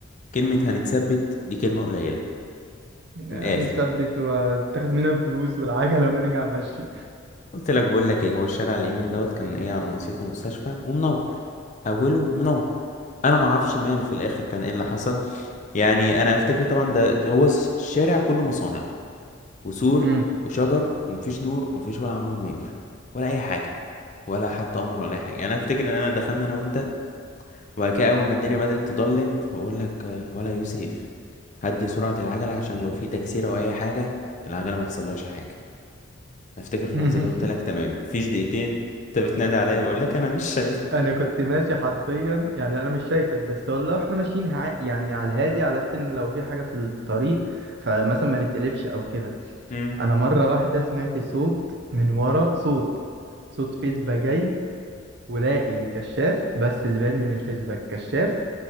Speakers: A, on the left; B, on the right.
A: كلمة هنتثبت دي كلمة قليلة
B: يعني
A: من الاخر
B: تثبت وتاخد منها الفلوس والعجله ونرجع ماشي
A: قلت لك بقول لك ايه هو الشارع اليمين دوت كان ايه على نصيته مستشفى ومنور اوله منور انا ما اعرفش ماله في الاخر كان ايه اللي حصل يعني انا افتكر طبعا ده هو الس- الشارع كله مصانع وسور
B: مم.
A: وشجر ومفيش نور ومفيش ولا عمود نور ولا اي حاجه ولا حتى قمر ولا اي حاجه يعني انا افتكر ان انا دخلنا انا وانت وبعد كده اول ما الدنيا بدات تضلم فبقول لك آه، ولا يوسف هدي سرعه العجله عشان لو في تكسيره او اي حاجه العجله ما يحصلهاش حاجه افتكر في اللحظه
B: <laughs>
A: دي قلت لك تمام مفيش دقيقتين انت بتنادي عليا بقول لك انا مش شايفك
B: انا كنت ماشي حرفيا يعني انا مش شايفك بس هو لو احنا ماشيين هع- يعني على الهادي على السن لو في حاجه في الطريق فمثلا ما نتقلبش او كده
A: مم.
B: انا مره واحده سمعت صوت من ورا صوت صوت فيسبا جاي ولاقي كشاف بس اللي باين من الفيسبا كشاف